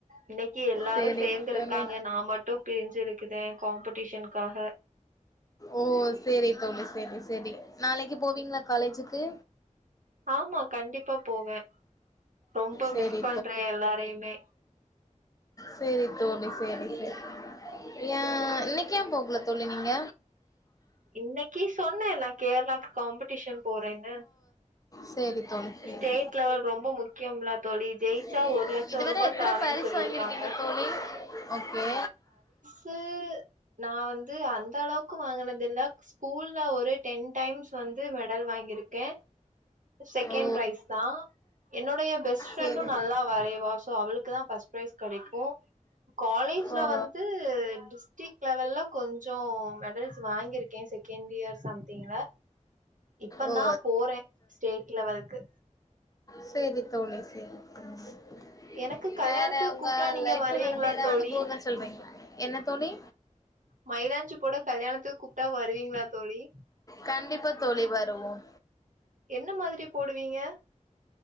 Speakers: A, on the right (about 75°); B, on the left (about 25°).
A: இன்னைக்கு எல்லாரு
B: சரி
A: சேந்து
B: தோழி
A: இருக்காங்க நா மட்டு பிரிஞ்சிருக்குதே காம்படிஷன்க்காக
B: ஓ சேரி தோழி சேரி சேரி நாளைக்கு போவீங்களா காலேஜுக்கு
A: ஆமா கண்டிப்பா போவே ரொம்ப
B: சரி
A: மிஸ் பண்றே எல்லாரையுமே
B: சேரி தோழி சேரி சேரி ஏ
A: ம்.
B: இன்னைக் ஏ போகல தோழி நீங்க
A: இன்னைக்கு சொன்னேன்ல்ல கேரளாக்கு காம்படிஷன் போறேன்னு
B: சேரி தோழி சேரி
A: ஸ்டேட் லெவல் ரொம்ப முக்கியம்ல தோழி. ஜெயிச்சா
B: சேரி
A: ரூ.
B: இதுவர எத்தர
A: தாரேன்னு
B: பரிசு
A: சொல்லியிருக்காங்க.
B: வாங்கியிருக்கீங்க தோழி ஓகே
A: து நா வந்து அந்தளவுக்கு வாங்கினதில்ல ஸ்கூல்ல ஒரு டென் டைம்ஸ் வந்து மெடல் வாங்கியிருக்கே செகண்ட்
B: ஓ
A: ப்ரைஸ் தா என்னோடைய பெஸ்ட் ஃப்ரெண்டு
B: சரி
A: நல்லா வரைய்வா சோ அவளுக்கு தா ஃபஸ்ட் ப்ரைஸ் கெடைக்கு காலேஜ்ல
B: ஓ
A: வந்து டி ஸ்டிக் லெவல்ல கொஞ்சோ த்து வாங்கியிருக்கே செகண்ட் இயர் சம்திங்ல இப்பந்தா
B: ஓ
A: போறே ஸ்டேட் லெவலுக்கு
B: செரி தோழி சேரி சேரி
A: எனக்கு கல்யாணத்துக்கு
B: வேற உங்க
A: கூப்ட்டா நீங்க
B: லைஃப்ல
A: வருவீங்களா
B: நடந்த எதா
A: தோழி
B: அனுபவங்கள் சொல்றீங்ளா என்ன தோழி
A: மைலாஞ்சி போட கல்யாணத்துக்கு கூப்ட்டா வருவிங்ளா தோழி
B: கண்டிப்பா தோழி வருவோம்
A: என்ன மாதிரி போடுவிங்க